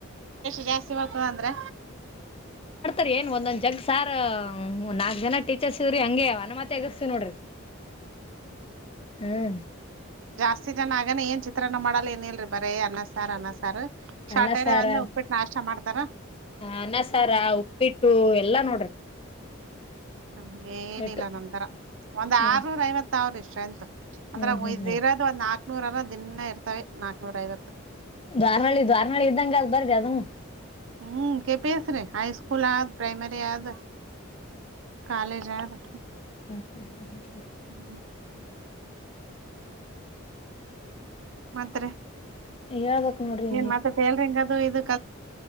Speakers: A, on the right; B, on the left.
A: ಜಾಸ್ತಿ ಮಾಡ್ತದ ಅಂದ್ರೆ
B: ರಿ ಏನ್ ಒಂದೊಂದ್ ಜಗ್ ಸಾರ್ ಒಂದ್ ನಾಕ್ ಜನ ಟೀಚರ್ಸ್ ಇದವ್ರಿ ಹಂಗೆ ಅನುಮಾ ಎಗಸ್ತೀವಿ ನೋಡ್ರಿ ಹ್ಮ್
A: ಆಸ್ತಿ ಜನ ಆಗಾನೇ ಏನ್ ಚಿತ್ರಾನ್ನ ಮಾಡಲ್ಲ ಏನಲ್ರರಿ ಬರೇ ಅನ್ನ ಸಾರ್ ಅನ್ನ ಸಾರ್ ಸ್ಟಾರ್ಟ್ರ
B: ಅನ್ನ ಸಾರ
A: ಡೇ ಒಂದೆ ಉಪ್ಪಿಟ್ಟು ನಾಷ್ಟಾ ಮಾಡ್ತಾರ
B: ಅನ್ನ ಸಾರ್ ಉಪ್ಪಿಟ್ಟ ಎಲ್ಲಾ ನೋಡ್ರಿ
A: ನಮಗೆ ಏನಿಲ್ಲ
B: ಎಟ್ಟು
A: ನಮಂತರ ಒಂದ್
B: ಹ್ಮ್
A: ಆರ್ನೂರ ಐವತ್ ಸಾವ್ರ ಇಷ್ಟ ಅಷ್ಟ ಎಂತ ಅಂದ್ರೆ
B: ಹ್ಮ್ ಹ್ಮ್ ಹ್ಮ್
A: ಇರೋದು ನಾಕ್ನೂರರ ದಿನ ಇರ್ತವೆ ನಾಕ್ನೂರ ಐವತ್ತು
B: ದ್ವಾರನಹಿಳ್ಳಿ ದ್ವಾರನಹಳ್ಳಿ ಇದ್ದಂಗ ಅದು ಬರದಿ ಅದನು
A: ಹ್ಮ್ ಕೆಫಿಸ್ರೆ ಹೈಸ್ಕೂಲ್ ಆದ್ ಪ್ರೈಮರಿ ಆದ್ ಕಾಲೇಜದ
B: ಹ ಹ ಹ ಹ
A: ಹ್ಮ್ ಮತ್ತರಿ
B: ಹೇಳ್ಬೇಕ್ ನೋಡ್ರಿ
A: ಮತ್ತ ಹೇಲ ರಿಂಗದು ಇದ